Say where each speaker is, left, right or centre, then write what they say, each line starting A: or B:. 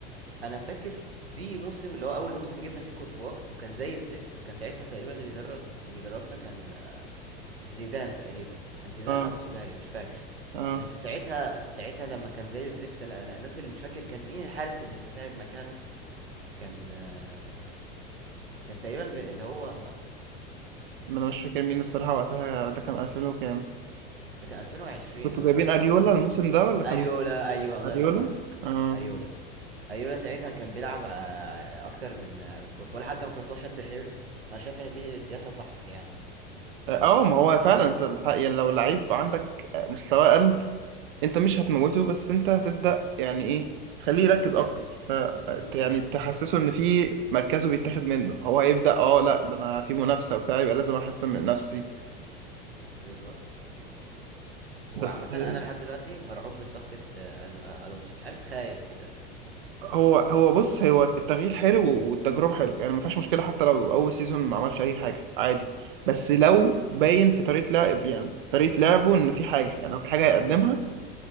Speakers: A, on the right (about 85°); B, on the right (about 60°).
A: انا فاكر في موسم اللي هو اول موسم جبنا فيه كورتوا وكان زي الزفت وكان ساعتها تقريبا اللي بيدرب بيدربنا كان آه، زيدان تقريبا كان زيدان
B: اه
A: او سولاري مش فاكر
B: اه
A: بس ساعتها ساعتها لما كان زي الزفت انا انا انزل مش فاكر كان مين الحارس اللي اللي لعب مكانه كان آه، كان تقريبا ب- اللي هو
B: ما انا مش فاكر مين الصراحه وقتها ده كان 2000 وكام
A: ده كان 2020
B: كنتوا
A: او 2019
B: جايبين اريولا الموسم ده ولا كان
A: اريولا ايوه الله
B: اريولا
A: ينور عليك
B: اه
A: اريولا اريولا ساعتها كان بيلعب آه، اكتر من آه، من كورتوا لحد ما كورتوا شد حيله انا شايف ان دي سياسة صح يعني
B: اه ما هو فعلا انت الحق يعني لو لعيب عندك مستواه اقل انت مش هتموته بس انت هتبدا يعني ايه خليه يركز
A: جد
B: اكتر ف
A: امم
B: يعني تحسسه ان في مركزه بيتاخد منه فهو هيبدا اه لا ده انا في منافسه وبتاع يبقى لازم احسن من نفسي
A: بالظبط وعامة
B: بس آه،
A: انا لحد دلوقتي مرعوب من صفقة آه، ال- آه، الونسو مش عارف خايف كده يعني
B: هو هو بص هو التغيير حلو والتجربه حلو يعني ما فيهاش مشكله حتى لو اول سيزون ما عملش اي حاجه عادي بس لو باين في طريقه لعب يعني في طريقه لعبه ان في حاجه يعني هو في حاجه هيقدمها
A: امم